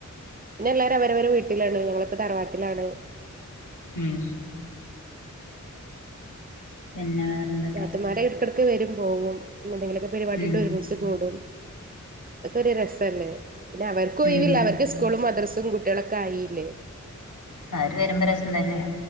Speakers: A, on the left; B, on the right.
A: ആ <inaudible>
B: പിന്നെ എല്ലാരും അവരവരെ. വീട്ടിലാണ് ഞങ്ങളിപ്പ. തറവാട്ടിലാണ്.
A: ഉം പിന്നെ വേറെന്ത.
B: യാത്തുമാരെ. എട്കെടക്ക് വെരും. പോവും പിന്നെന്തെങ്കിലൊക്കെ. പരിപാടിണ്ട്.
A: ഉം
B: ഒരുമിച്ച് കൂടും. ഇതൊക്കെ ഒരു രസല്ലേ. പിന്നെ. അവർക്കും ഒയിവില്ല.
A: ഉം
B: അവർക്ക് സ്കൂളും മദ്രസും കുട്ട്യേളൊക്കെ. ആയില്ലേ.
A: അവര് വെരുമ്പോ രസം തന്നെ.